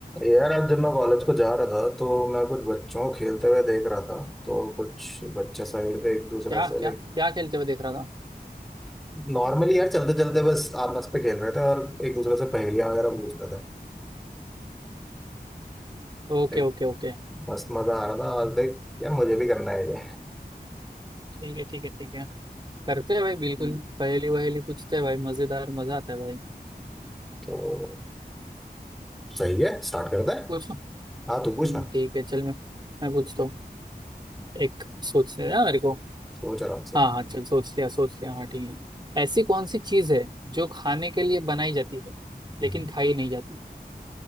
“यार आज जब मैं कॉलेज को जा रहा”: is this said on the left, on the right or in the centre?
Centre